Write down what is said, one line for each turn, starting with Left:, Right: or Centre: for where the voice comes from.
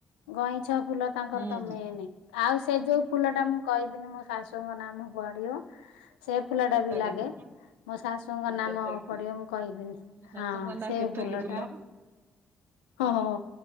Left: ଗଇଁଛ ଫୁଲ ତାଙ୍କର
Right: ହୁଁ
Left: ତ ମେନେ
Right: ହୁଁ।
Left: ଆଉ ସେ ଯୋଉ ଫୁଲ ଟା ମୁଁ କହିବିନି ମୋ ଶାଶ୍ ଶୁଙ୍କ ନାମ ପଡିିବ। ସେ ଫୁଲ
Right: କେତକୀ
Left: ଟା ବି ଲାଗେ
Right: ଫୁଲ
Left: ମୋ ଶାଶୁଙ୍କ
Right: ହଁ
Left: ନାମ
Right: କେତକୀ ଫୁଲ।
Left: ପଡିବ ମୁଁ କହିବିନି।
Right: ଆମ ଶାଶୁଙ୍କ
Left: ହଁ
Right: ନାଁ
Left: ସେଇ
Right: କେତକୀ
Left: ଫୁଲ ଟା।
Right: ହୁଁ
Left: ହଁ ହଁ